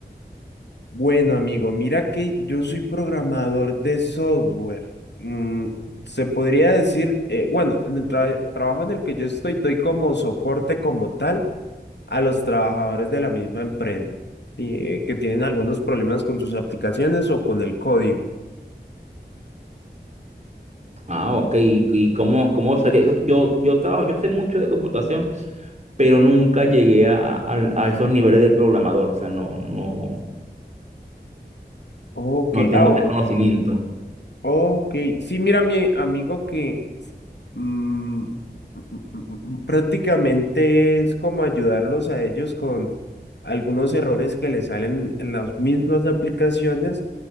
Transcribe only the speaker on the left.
Bueno, amigo, mira que yo soy programador de software. Mm, se podría decir, eh, bueno, en el tra- trabajo en el que yo estoy, doy como soporte como tal a los trabajadores de la misma empresa, sí, eh, que tienen algunos problemas con sus aplicaciones o con el código.
Ok,
ah,
Ok, sí, mira, mi amigo que mm, mm, mm, mm, prácticamente es como ayudarlos a ellos con algunos errores que les salen en las mismas aplicaciones